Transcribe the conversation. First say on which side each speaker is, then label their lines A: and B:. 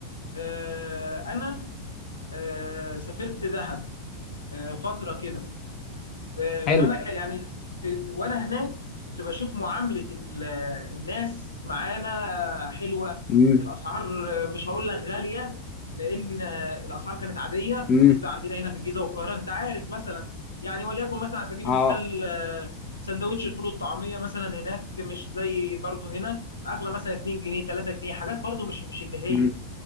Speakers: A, on the left; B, on the left.
A: آه، انا آه، سافرت دهب آه، فتره كده آه،
B: حلو
A: فانا ك- يعني في- في- وانا هناك كنت بشوف معامله ال- الناس معانا آه، حلوه
B: امم
A: الاسعار آه، مش هقول لك غاليه لان آه، الاسعار كانت عاديه
B: امم
A: بالنسبه عندنا هنا في الجيزه والقاهره انت عارف مثلا يعني وليكن مثلا على سبيل
B: اه
A: المثال آه، سندوتش الفول والطعميه مثلا هناك مش زي برضه هنا اغلى مثلا 2 جنيه 3 جنيه حاجات برضه مش مش اللي هي
B: امم